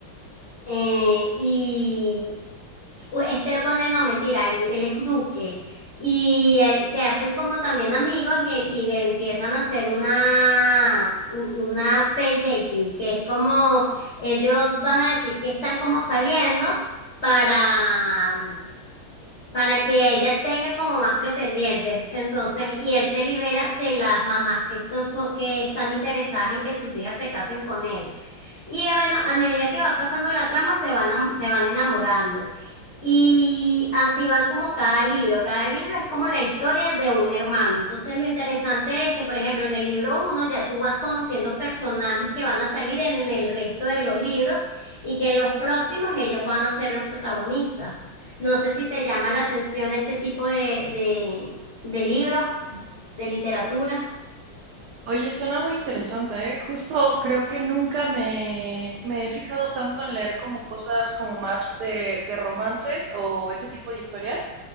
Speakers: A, on the left; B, on the right.
A: eh, y u- este conde no, mentira, él, él es duque y eh, se hacen como también amigos y, y empiezan a hacer una, u- una fake dating, que es como ellos van a decir que están como saliendo para para que ella tenga como más pretendientes. Entonces, y él se libera de las mamás que están, so- que están interesadas en que sus hijas se casen con él. Y eh, bueno, a medida que va pasando la trama, se van, am- se van enamorando. Y así va como cada libro. Cada libro es como la historia de un hermano. Entonces lo interesante es que, por ejemplo, en el libro uno ya tú vas conociendo personajes que van a salir en el resto de los libros y que en los próximos ellos van a ser los protagonistas. No sé si te llama la atención este tipo de, de, de libros, de literatura.
B: Oye, suena muy interesante, ¿eh? Justo creo que nunca me, me he fijado tanto en leer como cosas como más de, de romance o ese tipo de historias.